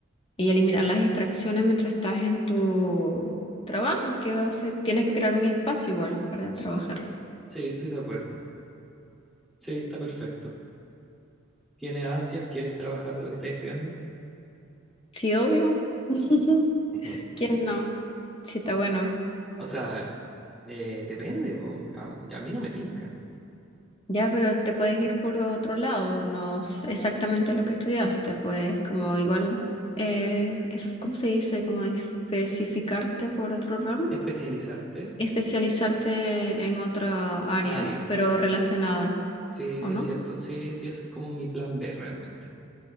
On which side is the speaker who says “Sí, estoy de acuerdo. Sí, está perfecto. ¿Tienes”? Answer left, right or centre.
Centre